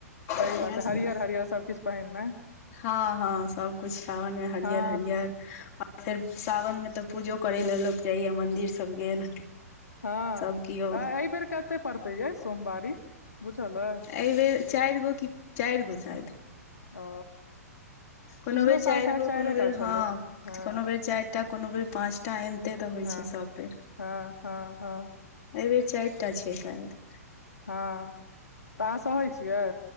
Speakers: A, on the left; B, on the left.
A: सही
B: इएह
A: बात छै हरियर
B: सब
A: हरियर सबकिछ पहिनने
B: हँ हँ सबकुछ सावन में हरियर
A: हँ
B: हरियर आ फेर सावन मे तऽ पूजो करय लऽ लोक जाइया मंदिर सब गेल
A: हँ
B: सब कियो
A: तऽ एहि बेेर कते पड़तै ये सोमवारी बुझल अ
B: एहिबेर चारि गो कि चारि गो शायद
A: ओ
B: कोनो
A: पिछलो
B: बेर चारि
A: साल शायद
B: गो
A: चाइरे
B: कोनो बेर
A: टा छलै
B: हँ
A: हँ
B: कोनो बेर चारिटा कोनो बेर पाँचटा टाइम ते तऽ होइ
A: हँ
B: छै सब बेेर
A: हँ हँ हँ
B: एहि बेर चारिटा छै शायद
A: हँ तऽ अहाँ सहै छियै